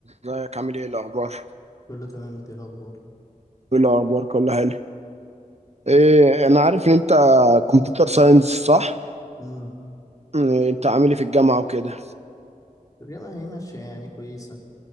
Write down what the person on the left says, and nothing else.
كله تمام انت ايه الاخبار
امم
الترجمه هي ماشيه يعني كويسه